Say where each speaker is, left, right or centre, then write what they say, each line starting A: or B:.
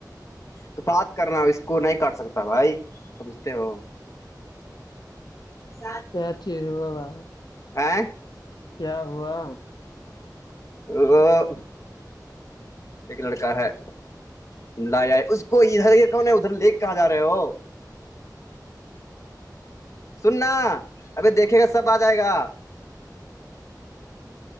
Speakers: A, on the left (about 45°); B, on the left (about 70°).
A: تو بات کرنا اس کو نہیں کاٹ سکتا بھائی سمجھتے ہو س
B: ا چیز بابا
A: آئ
B: کیا ہوا
A: وہ ایک لڑکا ہے لایا ہے اس کو ادھر یہ کون ہے ادھر لیک کہاں جا رہے ہو سننا ابھی دیکھے گا سب آ جائے گا